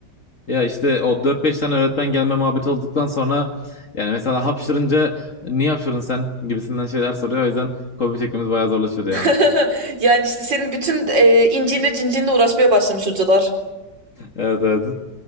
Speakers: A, on the left; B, on the right.
A: Ya işte o dört beş tane öğretmen gelme muhabbeti olduktan sonra yani mesela hapşırınca niye hapşırdın sen gibisinden şeyler soruyor. O yüzden kopya çekmemiz bayağı zorlaşıyordu
B: <laughs>
A: yani.
B: Yani işte senin bütün e, incinle cincinle uğraşmaya başlamış hocalar.
A: Evet evet.